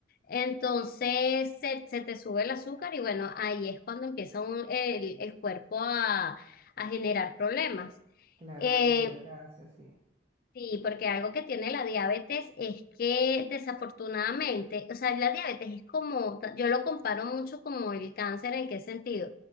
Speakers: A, on the left; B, on the right.
A: Entonces se, se te sube el azúcar y bueno, ahí es cuando empieza un- el, el cuerpo a, a generar problemas.
B: claro,
A: Eh,
B: a deteriorarse, sí.
A: Sí, porque algo que tiene la diabetes es que desafortunadamente, o sea, la diabetes es como, yo lo comparo mucho como el cáncer, ¿en qué sentido?